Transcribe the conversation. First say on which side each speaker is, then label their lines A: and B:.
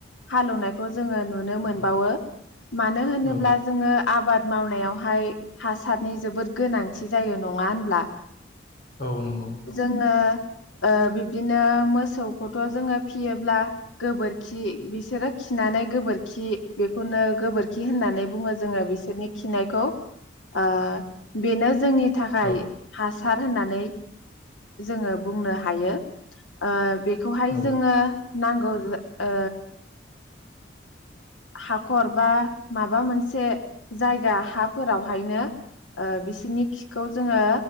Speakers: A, on the left; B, on the left.
A: हालेवनायखौ जोङो नुनो मोनबावो मानो होनोब्ला
B: औ
A: जोङो आबाद मावनायावहाय हासारनि जोबोद गोनांथि जायो नङा होनब्ला
B: औ नंगौ
A: जोङो ओ बिब्दिनो मोसौखौथ' जोङो फियोब्ला गोबोरखि बिसोरो खिनानै गोबोरखि बेखौनो गोबोरखि होननानै बुङो जोङो बिसोरनि खिनायखौ ओ बेनो जोंनि थाखाय
B: औ
A: हासा सार होननानै जोङो बुंनो हायो ओ बे बेखौहाय
B: औ
A: जोङो नांगौ ओ हाखर बा माबा मोनसे जायगा हाफोरावहायनो ओ बिसिनि खिखौ जोङो